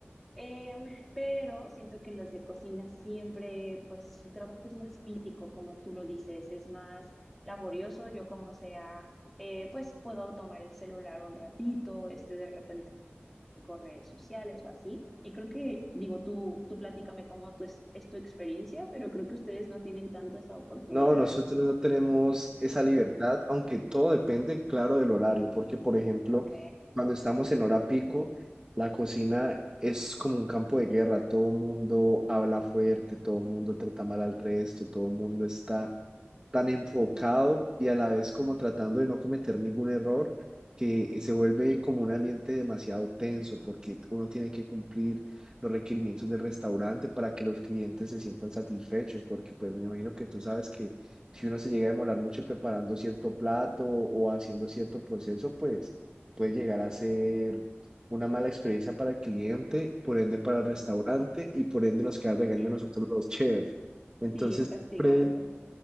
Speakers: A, in the centre; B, on the right (about 20°).
A: Em, pero siento que los de cocina siempre, pues su trabajo es más físico, como tú lo dices, es más laborioso. Yo como sea, eh, pues puedo tomar el celular un ratito, este, de repente con redes sociales o así. Y creo que, digo, tú, tú platícame cómo tú es, es tu experiencia, pero creo que ustedes no tienen tanto esa oportunidad
B: No, nosotros no tenemos esa libertad, aunque todo depende, claro, del horario, porque, por ejemplo,
A: Ok,
B: cuando estamos en hora pico, la cocina es como un campo de guerra, todo el mundo habla fuerte, todo el mundo trata mal al resto, todo el mundo está tan enfocado y a la vez como tratando de no cometer ningún error, que se vuelve como un ambiente demasiado tenso porque uno tiene que cumplir los requerimientos del restaurante para que los clientes se sientan satisfechos, porque pues me imagino que tú sabes que si uno se llega a demorar mucho preparando cierto plato o haciendo cierto proceso, pues puede llegar a ser... una mala experiencia para el cliente, por ende para el restaurante
A: claro.
B: y por ende nos queda el regaño
A: <laughs>
B: a nosotros los chefs. Entonces,
A: Sí, el castigado.
B: siempre